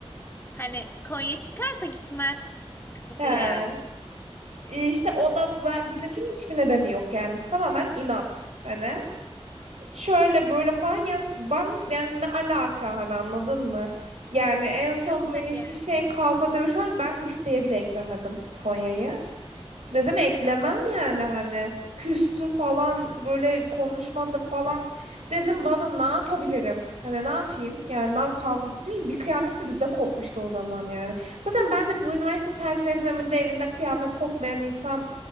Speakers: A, on the left; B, on the right.
A: Hani Konya çıkarsa gitmez kafasıyla
B: he.
A: yazdı.
B: İşte o da ben, bizimkinin hiçbir nedeni yok yani tamamen inat hani. Şöyle böyle falan ya ben yani ne alaka hani anladın mı? Yani en son
A: Evet
B: böyle işte
A: yani.
B: şey kavga dövüş falan ben listeye bile eklemedim Konya'yı. Dedim eklemem yani hani küstü falan böyle konuşmadı falan. Dedim baba ne yapabilirim? Hani ne yapayım? Yani ne yap- kavga değil mi? Bir kıyamet de bizde kopmuştu o zaman yani. Zaten bence bu üniversite tercihleri döneminde evinde kıyamet kopmayan insan